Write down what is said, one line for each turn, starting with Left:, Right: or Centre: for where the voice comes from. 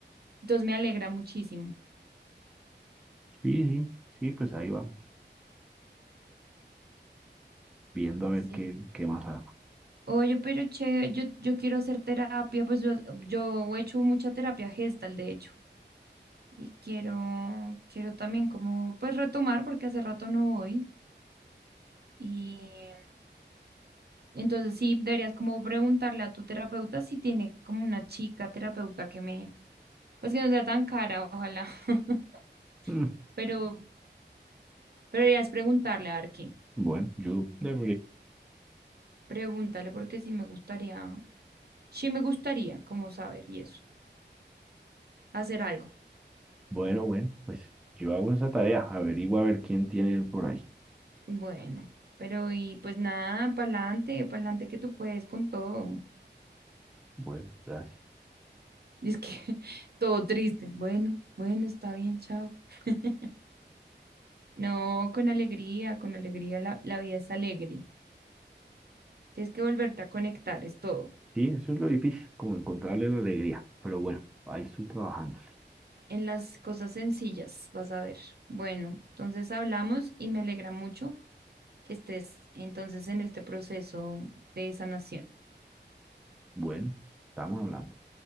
Right: entonces me alegra muchísimo.
Centre: Sí, sí, sí, pues ahí vamos, viendo a ver
Right: Sí.
Centre: qué, qué más hago.
Right: Oye, pero che, yo, yo quiero hacer terapia, pues yo, yo he hecho mucha terapia gestal, de hecho. y quiero, quiero también como pues retomar porque hace rato no voy y entonces sí deberías como preguntarle a tu terapeuta si tiene como una chica terapeuta que me pues que no sea tan cara, ojalá. <laughs>
Centre: Mm,
Right: Pero pero deberías preguntarle a ver qué.
Centre: bueno, yo de
Right: Pregúntale porque sí me gustaría, sí me gustaría como saber y eso, hacer algo.
Centre: Bueno, bueno, pues yo hago esa tarea, averiguo a ver quién tiene él por ahí.
Right: Bueno, pero y pues nada, pa'lante, pa'lante que tú puedes con todo.
Centre: Bueno, gracias.
Right: <laughs> Y es que <laughs> todo triste. Bueno, bueno, está bien, chao. <laughs> No, con alegría, con alegría, la, la vida es alegre. Tienes que volverte a conectar, es todo.
Centre: Sí, eso es lo difícil, como encontrarle la alegría. Pero bueno, ahí estoy trabajándole.
Right: En las cosas sencillas, vas a ver. Bueno, entonces hablamos y me alegra mucho que estés entonces en este proceso de sanación.
Centre: Bueno, estamos hablando.